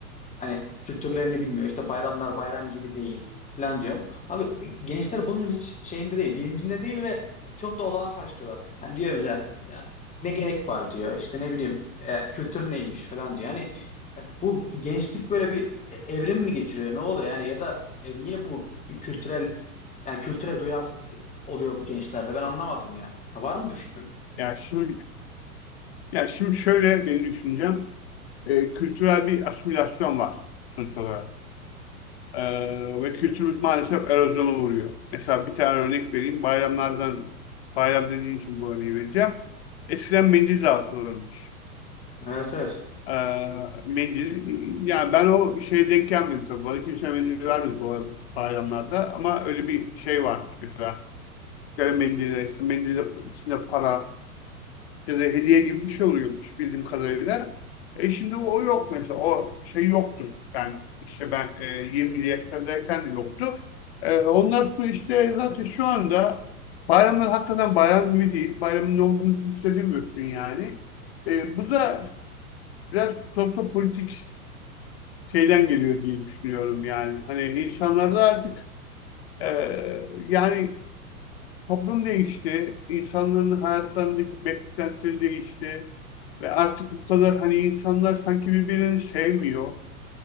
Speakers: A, on the left; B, on the left.
A: Hani kültürlerini bilmiyor. İşte bayramlar bayram gibi değil falan diyorum. Abi gençler bunun hiç şeyinde değil, bilincinde değil ve çok da olağan karşılıyorlar. Hani diyor mesela ya ne gerek var diyor. İşte ne bileyim e, kültür neymiş falan diyor. Hani e, bu gençlik böyle bir e, evrim mi geçiriyor? Ne oluyor yani ya da e, niye bu bir kültürel yani kültüre duyarsızlık oluyor bu gençlerde? Ben anlamadım ya. Ha, var mı bir fikrin?
B: Ya şimdi, ya şimdi şöyle benim düşüncem. E, kültürel bir asimilasyon var sonuç olarak. E, ve kültürümüz maalesef erozyona uğruyor. Mesela bir tane örnek vereyim. Bayramlardan, bayram dediğin için bu örneği vereceğim. Eskiden mendil dağıtılırmış.
A: Evet evet.
B: Ee, mendil, yani ben o şeye denk gelmedim tabii. Bana kimse mendil vermedi bu bayramlarda. Ama öyle bir şey varmış mesela. Böyle mendille, işte mendille içinde para ya da hediye gibi bir şey oluyormuş bildiğim kadarıyla. E şimdi o yok mesela. O şey yoktu. Ben işte ben e, 20'li yaşlardayken de yoktu. E, ondan sonra işte zaten şu anda bayramlar hakikaten bayram gibi değil. Bayramın ne olduğunu hiç hissedemiyorsun yani. E, bu da biraz sosyopolitik şeyden geliyor diye düşünüyorum yani. Hani insanlarda artık e, yani toplum değişti, insanların hayatlarındaki beklentileri değişti ve artık bu kadar hani insanlar sanki birbirini sevmiyor.